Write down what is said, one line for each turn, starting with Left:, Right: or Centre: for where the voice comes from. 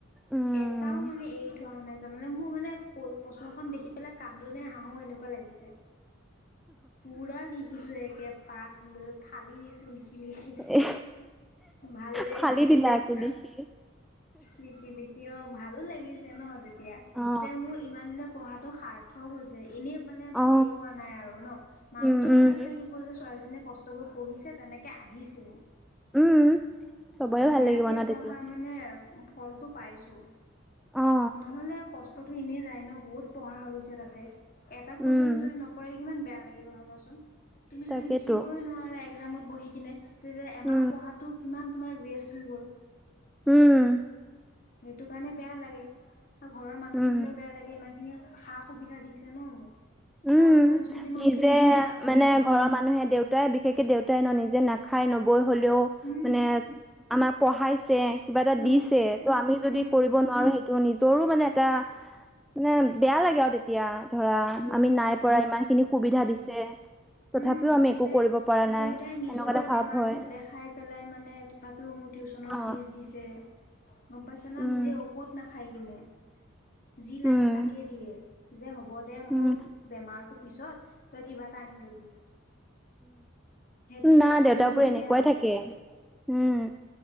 Centre: উম
Left: এটাও মানে এৰি থৈ অহা নাই। জানানে মোৰ মানে প্ৰশ্নখন দেখি পেলাই কান্দো নে হাঁহো এনেকুৱা লাগিছে। পুৰা লিখিছো, একে পাত লৈ ফালি দিছো লিখি। লিখি লিখি।
Centre: এ
Left: ভাল লাগি
Centre: ফালি
Left: গৈছে
Centre: দিলে
Left: মনটো
Centre: আকি দেখি
Left: লিখি লিখি অহ। ভালো লাগিছে ন তেতিয়া,
Centre: অ
Left: যে মোৰ ইমান দিনে পঢ়াতো সাৰ্থক হৈছে। এনেই মানে
Centre: অ
Left: হেৰি হোৱা নাই আৰু ন, মা
Centre: উম
Left: হঁতৰো
Centre: উম
Left: ভাল লাগিব যে ছোৱালীজনীয়ে কষ্ট কৰি পঢ়িছে তেনেকে আহিছেও।
Centre: উম। চবৰে
Left: দিনে
Centre: ভাল লাগিব
Left: ৰাতিয়ে
Centre: ন
Left: পঢ়া
Centre: তেতিয়া
Left: মানে ফলটো পাইছো,
Centre: অ
Left: নহ'লে তো এনেই যায় ন, বহুত পঢ়া হৈছে তাতে, এটা কুৱেশচনো
Centre: উম
Left: যদি নপৰে কিমান বেয়া লাগিব ভাবাচোন, তুমি
Centre: তাকেতো
Left: যদি লিখিবই নোৱাৰা একজামত বহি কিনে। তেতিয়া এমাহ
Centre: উম
Left: পঢ়াটো কিমান তোমাৰ ৱেষ্ট হৈ গ'ল।
Centre: উম।
Left: সেইটো কাৰণে বেয়া লাগে আৰু ঘৰৰ মানুহ
Centre: উম
Left: খিনিলেও বেয়া লাগে ইমান খিনিয়ে সা-সুবিধা দিছে ন।
Centre: উম
Left: তাৰ উপৰিঞ্চি
Centre: নিজেই
Left: যদি মই পঢ়িব পৰা নাই
Centre: মানে ঘৰৰ মানুহে দেউতাই বিশেষকে দেউতাই ন নিজে নাক খাই নবৈ হ'লেও
Left: উম
Centre: মানে আমাক পঢ়াইছে। কিবা এটা
Left: উম।
Centre: দিছে, ত' আমি যদি
Left: উম
Centre: কৰিব নোৱাৰো সেই ত নিজৰো মানে এটা মানে বেয়া লাগে আৰু তেতিয়া ধৰা।
Left: সেইটোৱে
Centre: আমি নাই পৰা, ইমান খিনি সুবিধা দিছে। তথাপিও
Left: উম,
Centre: আমি
Left: দেউতাই
Centre: একো কৰিব পৰা নাই
Left: দেউতাই নিজৰ
Centre: এনেকুৱা এটা ভাৱ
Left: বেমাৰটো
Centre: হয়
Left: নেদেখাই পেলাই মানে তথাপিও মোৰ টিউশচনৰ
Centre: অ
Left: ফিজ দিছে গ'ম পাইছা নে
Centre: উম
Left: নিজে ঔষধ নাখাই কিনে। যি লাগে
Centre: উম
Left: তাকেই দিয়ে যে হ মোৰ
Centre: উম
Left: বেমাৰটো পিছত, তই কিবা এটা আনি ল'বি। সেইটো চাই
Centre: নাই
Left: পেলাই
Centre: দেউতাবোৰ
Left: মোৰ মানে
Centre: এনেকুৱাই
Left: বেয়া লাগে
Centre: থাকে। উম।